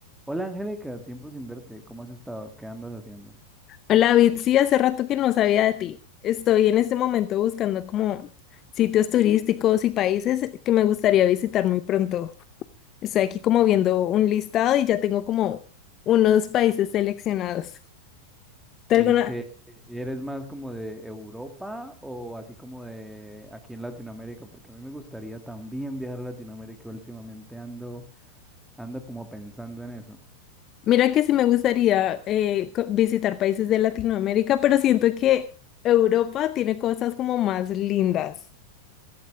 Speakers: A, in the centre; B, on the left.
A: Hola Angélica, tiempo sin verte, ¿cómo has estado? ¿Qué andas haciendo?
B: Hola, Bitsy, hace rato que no sabía de ti. Estoy en este momento buscando como sitios turísticos y países que me gustaría visitar muy pronto. Estoy aquí como viendo un listado y ya tengo como unos países seleccionados. ¿Te
A: ¿Y
B: alguna?
A: que eres más como de Europa o así como de aquí en Latinoamérica? Porque a mí me gustaría también viajar a Latinoamérica, últimamente ando, ando como pensando en eso.
B: Mira que sí me gustaría eh, co- visitar países de Latinoamérica, pero siento que Europa tiene cosas como más lindas.